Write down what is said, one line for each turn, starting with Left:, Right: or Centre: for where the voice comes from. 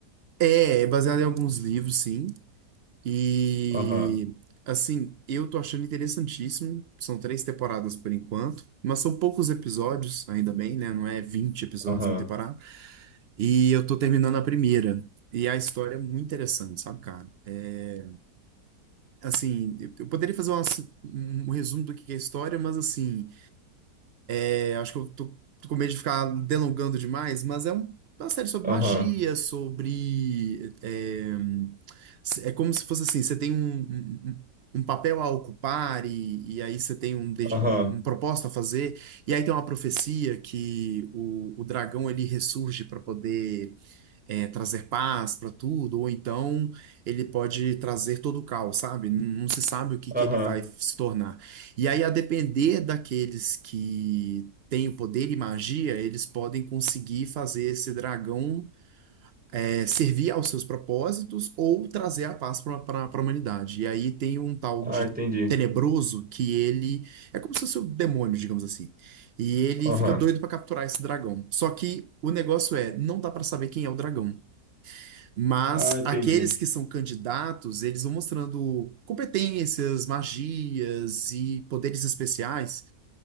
Right: É, é baseado em alguns livros, sim. E
Centre: Aham,
Right: assim, eu tô achando interessantíssimo. São três temporadas por enquanto, mas são poucos episódios, ainda bem, né? Não é 20 episódios
Centre: aham,
Right: uma temporada. E eu tô terminando a primeira. E a história é muito interessante, sabe, cara? É, assim, eu eu poderia fazer uma- um, um resumo do que que é a história, mas assim, é, acho que eu tô, tô com medo de ficar delongando demais, mas é um- uma série sobre
Centre: aham,
Right: magia, sobre. É, é como se fosse assim: você tem um, um, um papel a ocupar, e, e aí você tem um, de-
Centre: aham,
Right: um, um propósito a fazer, e aí tem uma profecia que o, o dragão ele ressurge para poder. é, trazer paz para tudo, ou então ele pode trazer todo o caos, sabe? Não, não se sabe o que que
Centre: aham.
Right: ele vai se tornar. E aí, a depender daqueles que têm o poder e magia, eles podem conseguir fazer esse dragão é, servir aos seus propósitos ou trazer a paz para a humanidade. E aí tem um tal
Centre: Ah,
Right: de
Centre: entendi.
Right: Tenebroso que ele é como se fosse um demônio, digamos assim. E ele
Centre: Aham.
Right: fica doido para capturar esse dragão. Só que o negócio é, não dá para saber quem é o dragão. Mas
Centre: Ah, entendi.
Right: aqueles que são candidatos, eles vão mostrando competências, magias e poderes especiais